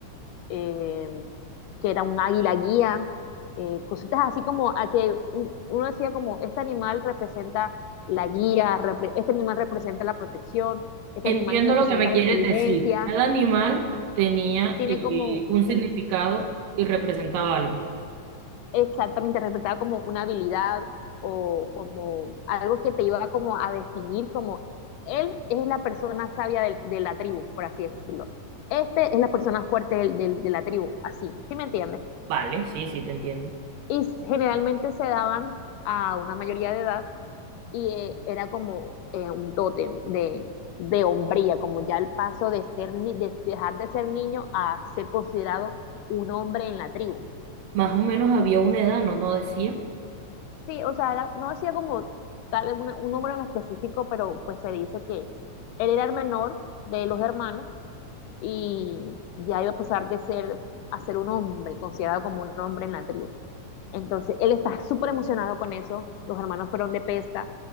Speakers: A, on the left; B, on the right.
A: eh, que era un águila guía, eh, cositas así como a que un, uno decía como, este animal representa la guía, repre este animal representa la protección, este
B: Entiendo
A: animal representa
B: lo que me
A: la
B: quieres
A: inteligencia,
B: decir. Cada animal tenía
A: tiene
B: eh,
A: como,
B: un significado
A: sí,
B: y representaba algo.
A: exactamente interpretaba como una habilidad o como algo que te iba como a definir como él es la persona sabia del- de, la tribu, por así decirlo. Este es la persona fuerte del- del- de la tribu, así, ¿sí me entiendes?
B: Vale, sí, sí, te entiendo.
A: Y s- generalmente se daban a una mayoría de edad y eh, era como eh, un tótem de, de hombría, como ya el paso de ser ni- de dejar de ser niño a ser considerado un hombre en la tribu.
B: Más o menos había una edad, ¿no? No decía.
A: Sí, o sea, era- no decía como tal un, un número en específico, pero pues se dice que él era el menor de los hermanos y ya iba a pasar de ser a ser un hombre, considerado como un hombre en la tribu. Entonces, él está súper emocionado con eso. Los hermanos fueron de pesca